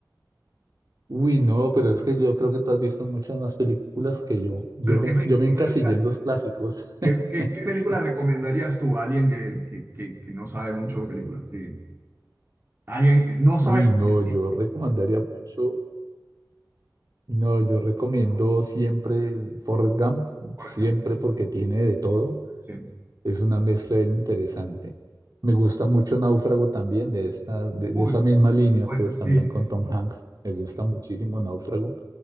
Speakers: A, on the right (about 60°); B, on the right (about 30°).
A: Uy, no, pero es que yo creo que tú has visto muchas más películas que yo. Yo
B: Pero
A: me,
B: ¿qué, pe-
A: yo
B: qué
A: me encasillé
B: película,
A: en los clásicos.
B: qué-
A: <laughs>
B: qué- qué película recomendarías tú a alguien que, que- que- que no sabe mucho de películas? Sí. Alguien que no sabe
A: Uy,
B: lo
A: no,
B: que es el
A: yo
B: cine,
A: recomendaría mucho. No, yo recomiendo siempre Forrest Gump,
B: por
A: siempre
B: ejemplo.
A: porque tiene de todo.
B: Sí.
A: Es una mezcla bien interesante. Me gusta mucho Náufrago también, de esta, de, de
B: Uy,
A: esa misma línea,
B: bueno,
A: pues
B: sí,
A: también
B: sí,
A: con
B: sí, sí,
A: Tom Hanks. Me
B: sí,
A: gusta
B: sí,
A: muchísimo Náufrago.